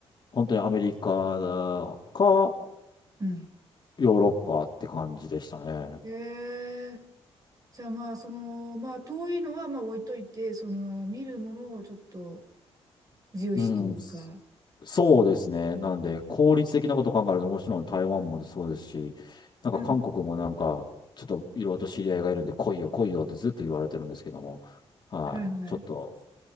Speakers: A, on the left (about 45°); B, on the right (about 35°).
A: 本当にアメリカか、
B: うん。
A: ヨーロッパって感じでしたね。
B: えー、じゃあまあ、その、まあ、遠いのはまあ置いといて、その、見るものをちょっと、重視というか。
A: うん、そうですね。なんで、効率的なこと考えると、もちろん台湾もそうですし、なんか韓国もなんか、
B: うん。
A: ちょっといろいろと知り合いがいるんで、来いよ、来いよってずっと言われてるんですけども、はい、
B: はいはい。
A: ちょっと、